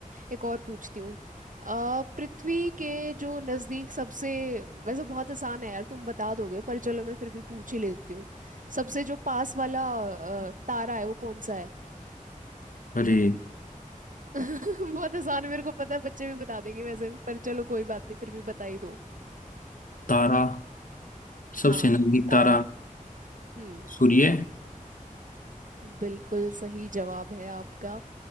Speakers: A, on the right (about 65°); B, on the left (about 70°).
A: एक और पूछती हूँ अ, पृथ्वी के जो नज़दीक सबसे वैसे बहुत आसान है यार तुम बता दोगे पर चलो मैं फिर भी पूछ ही लेती हूँ सबसे जो पास वाला अ, तारा है वो कौन सा है
B: अरे
A: <laughs> बहुत आसान है मेरे को पता है बच्चे भी बता देंगे वैसे पर चलो कोई बात नहीं फिर भी बता ही दो
B: तारा सबसे
A: हाँ
B: नजदीक
A: तारा
B: तारा
A: हम्म
B: सूर्य
A: बिल्कुल सही जवाब है आपका